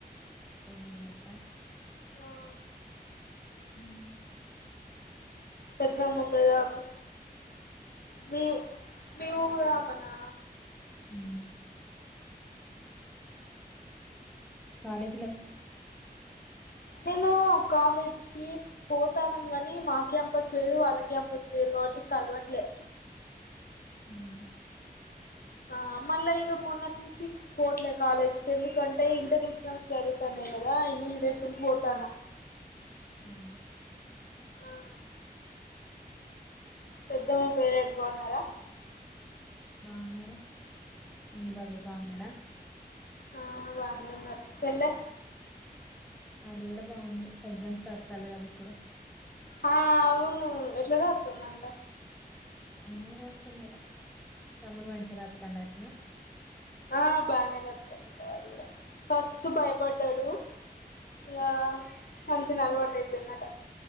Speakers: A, in the centre; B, on the left (about 65°).
A: ఫోర్ మెంబెర్స్
B: ఆ
A: హు
B: పెద్దమ్మ పెద్దబాపు మీ మీ ఊరు ఆమెనా
A: ఉహు బానే
B: నేను కాలేజీకి పోతానం గాని మా క్యాంపస్ వేరు వాళ్ళ క్యాంపస్ వేరు కాబట్టి కల్వట్లే
A: హు
B: ఆ మళ్ళా ఇక మొన్నటి నుంచి పోట్లే కాలేజ్ కి ఎందుకంటే ఇంటర్ ఎగ్జామ్స్ జరుగుతానే కదా ఎనివెజిలేషన్ పోతానా
A: అవునా
B: ఆ పెద్దమ్మ పెద్ద డాడీ బాన్నారా
A: బాగున్నారే పిన్ని బాబాయ్ బాగున్నారా
B: ఆ బాగానే ఉన్నారు చెల్లె
A: అది కూడ బాగుంది ఎగ్జామ్స్ రాస్తాలు కదా ఇప్పుడు
B: ఆ అవును ఎట్ల రాతందంట
A: బానే రాస్తుందట తమ్ముడు మంచిగా రాతండటన
B: ఆ బానే రాత్తండట వాడు కూడా ఫస్ట్ భయపడ్డాడు ఇగా మంచిగానే అలవాటు అయిపోయిందట